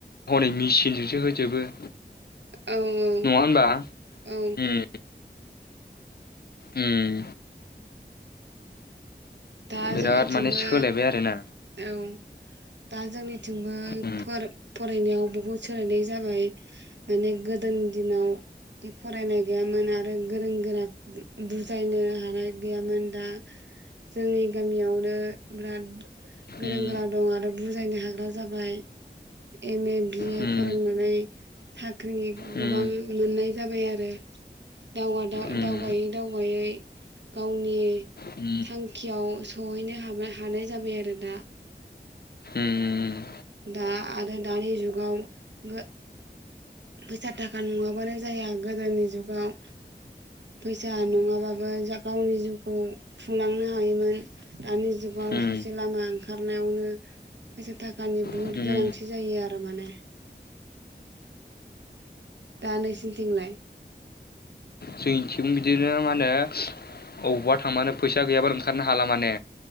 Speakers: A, on the left; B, on the right.
A: हनै मेचिनजोंसो होजोबो।
B: औ औ
A: नङा होनबा
B: औ।
A: उम उम।
B: दा
A: बिराद
B: जोंनिथिंबो
A: माने सोलायबाय आरोना
B: औ दा जोंनिथिंबो
A: उम
B: फोर फरायनायाव बहुद सोलायनाय जाबाय माने गोदोनि दिनाव दि फरायनाय गैयामोन आरो गोरों -गोरा बुजायनो हानाय गैयामोन दा जोंनि गामियावनो बिराद गोरों
A: उम
B: गोरा दं आरो बुजायनो हाग्रा जाबाय एम ए, बि ए
A: उम
B: फरायनानै साख्रि
A: उम
B: गोबां मोननाय जाबाय आरो दव आदाव
A: उम
B: दावगायै दावगायै गावनि
A: उम
B: थांखियाव सहैनो हाबा हानाय जाबाय आरो दा।
A: उम
B: दा आरो दानि जुगाव <unintelligible> फैसा थाखा नङाबानो जाया गोदोनि जुगाव फैसा नङाबाबो जा गावनि जिउखौ खुंलांनो हायोमोन दानि जुगाव
A: उम
B: ससे लामा ओंखारनायावनो फैसा थाखानि बुहुद
A: उम उम
B: गोनांथि जायो आरो माने। दा नोंसिनिथिंलाय?
A: जोंनिथिं बिदिनो मा होनो अबावबा थांबानो फैसा गैयाबानो ओंखारनो हाला माने।